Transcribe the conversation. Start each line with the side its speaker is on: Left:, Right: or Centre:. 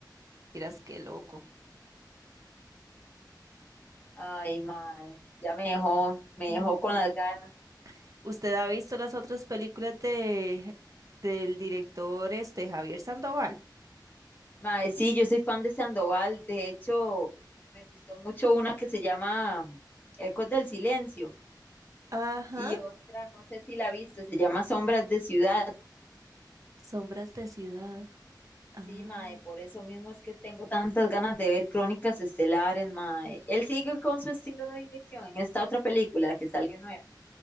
Right: Miras qué loco.
Left: Ay, mae, ya me dejó, me
Right: Ujú.
Left: dejó con las ganas.
Right: ¿Usted ha visto las otras películas de del director este Javier Sandoval?
Left: Mae, sí, yo soy fan de Sandoval. De hecho, me gustó mucho una que se llama Ecos del Silencio
Right: Ajá,
Left: y otra, no sé si la viste, se llama Sombras de Ciudad.
Right: Sombras de Ciudad. Ah.
Left: Sí, mae, por eso mismo es que tengo tantas ganas de ver Crónicas Estelares, mae. Él sigue con su estilo de dirección en esta otra película que salió nueva.